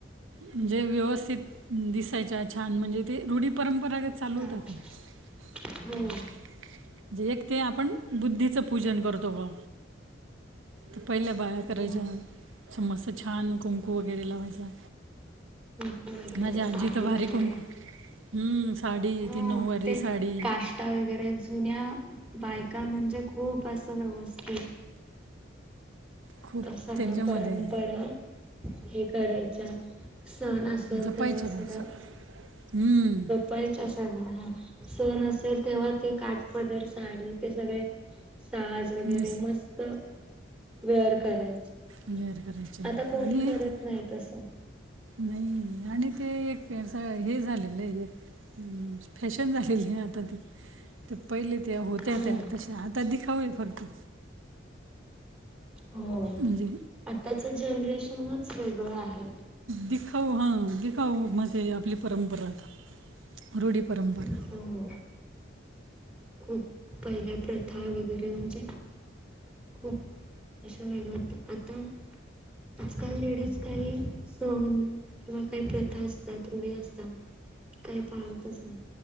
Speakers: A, on the right (about 85°); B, in the centre.
A: म्हणजे व्यवस्थित दिसायच्या छान म्हणजे ते रूढी परंपरागत चालू
B: चालेल.
A: होत्या. <inaudible> म्हणजे
B: हो
A: एक ते आपण बुद्धीचं पूजन करतो ग ते पहिल्या बाया करायच्या
B: हम्म.
A: अस मस्त छान कुंकू वगैरे लावायच्या.
B: टिप वगैरे
A: माजी आजी
B: साडी
A: त भारी
B: वगैरे
A: कुक हम्म साडी
B: ह
A: ती नऊवारी
B: ते
A: साडी
B: काष्ट टा वगैरे जुन्या बायका म्हणजे खूप असं व्यवस्थित
A: खूप
B: का सगळ्या
A: त्यांच्यामध्ये
B: परंपरा हे करायच्या सण असल
A: जपायच्या
B: तेव्हा सुद्धा.
A: बा असं हम्म.
B: पायच्या सगळ्या ह सण असेल तेव्हा ते काटपदर साडी ते सगळे साज वगैरे
A: नेस
B: मस्त वेअर करायच्या
A: वेअर करायच्या
B: आता कोणी
A: आणि
B: करत
A: ते
B: नाही तसं.
A: नाही आणि ते एक हे झालेलं आहे एक हम फॅशन झालेली आहे आता ती तर पहिले त्या होत्या
B: हा
A: त्या
B: ना
A: तश्या आता दिखावाय फक्त.
B: हो
A: म्हणजे
B: आताचं जनरेशनच वेगळं आहे.
A: दिखाऊ हा दिखाऊ मते आप आपली परंपरा आता रूढी परंपरा
B: हो खूप पहिल्या प्रथा वगैरे म्हणजे खूप असं वेगळं होतं आता आजकाल लेडीज काही सोण किंवा काही प्रथा असतात रुढी असतात काही पाहतच नाही.